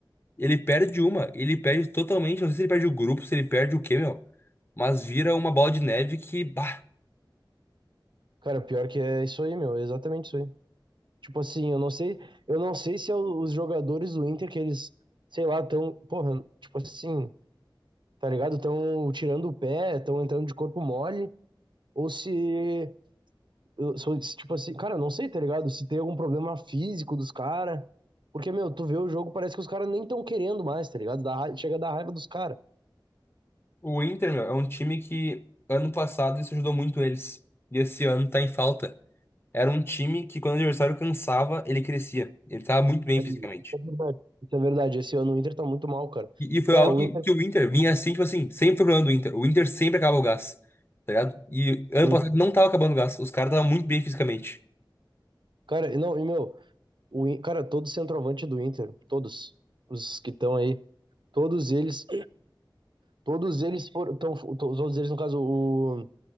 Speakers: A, on the left; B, on the right.
A: Ele perde uma, ele perde totalmente, não sei se ele perde o grupo, se ele perde o quê, meu. Mas vira uma bola de neve que, bah,
B: Cara, pior que é isso aí, meu, é exatamente isso aí. Tipo assim, eu não sei, eu não sei se é o- os jogadores do Inter que eles, sei lá, tão, porra, tipo assim, tá ligado? Tão tirando o pé, tão entrando de corpo mole, ou se, eu- se eu- se, tipo assim, cara, eu não sei, tá ligado? Se tem algum problema físico dos caras, porque, meu, tu vê o jogo, parece que os caras nem tão querendo mais, tá ligado? Dá raiva, chega a dar raiva dos caras.
A: o Inter, meu, é um time que ano passado isso ajudou muito eles. E esse ano tá em falta. Era um time que quando o adversário cansava, ele crescia. Ele tava muito bem
B: É,
A: fisicamente.
B: Isso é verdade, isso é verdade. Esse ano o Inter tá muito mal, cara.
A: E, e foi
B: Cara,
A: algo
B: o
A: que,
B: Inter,
A: que o Inter vinha assim, tipo assim, sempre foi o problema do Inter. O Inter sempre acaba o gás, tá ligado? E ano
B: sim.
A: passado não tava acabando o gás, os caras estavam muito bem fisicamente.
B: Cara, e não, e meu, O, In- cara, todo centroavante do Inter, todos os que estão aí, todos eles, todos eles foram, tão, to- todos eles, no caso, o